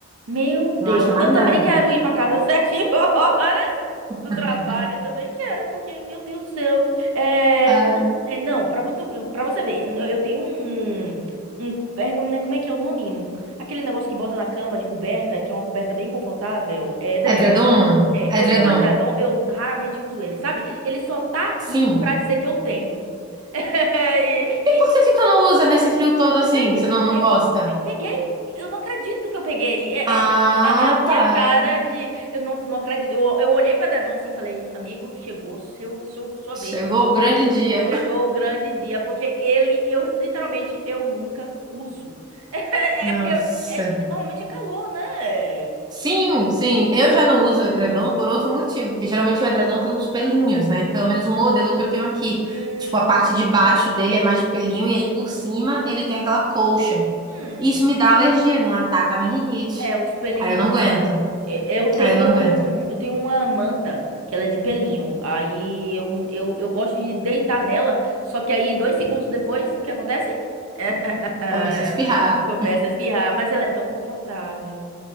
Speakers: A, on the right; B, on the right.
A: meu
B: Não
A: Deus.
B: acha mais
A: Eu também
B: nada.
A: quero ir para casa às <laughs> sete horas do trabalho.
B: <laughs>
A: Eu também quero, porque, meu Deus do céu. É,
B: Ah,
A: n- é, não, para você ver, pra você ver, n- eu tenho um, um, um- é, como é como é que é o nome? Um- Aquele negócio que bota na cama de coberta, que é uma coberta bem confortável. É edredom.
B: edredom,
A: É, eu
B: edredom.
A: tenho um edredom, eu raramente uso ele, sabe? Ele só tá aqui
B: Sim.
A: pra dizer que eu tenho. <laughs> E-
B: E por
A: e-
B: que que tu não usa nesse frio todo assim?
A: mas é
B: Você
A: isso,
B: não, não
A: eu,
B: gosta?
A: eu peguei, eu não acredito que eu peguei. É, é-
B: Ah,
A: é- é a minha
B: tá.
A: cara de. Eu não, não acredito. Eu, eu olhei pra edredom assim e falei, amigo, chegou seu, seu, sua vez.
B: Chegou o grande dia.
A: Chegou o grande dia, porque ele, eu literalmente, eu nunca uso. <laughs> É,
B: Nossa.
A: porque é- normalmente é calor, né?
B: Sim, sim. Eu já não uso edredom por outro motivo, porque geralmente o edredom tem uns pelinhos, né? Pelo menos o modelo que eu tenho aqui.
A: Hum,
B: Tipo, a parte de baixo dele é mais de pelinho e aí por cima ele tem aquela colcha.
A: hum.
B: Isso me dá alergia, né? Ataca a minha rinite.
A: É, os pelinhos
B: Aí eu não aguento.
A: da. e- Eu tenho,
B: Aí eu não aguento.
A: um- eu tenho uma manta que ela é de pelinho. Aí eu, eu, eu gosto de deitar nela, só que aí dois segundos depois, o que acontece? <laughs>
B: começa a espirrar.
A: Começa a espirrar, mas ela é tão confortável.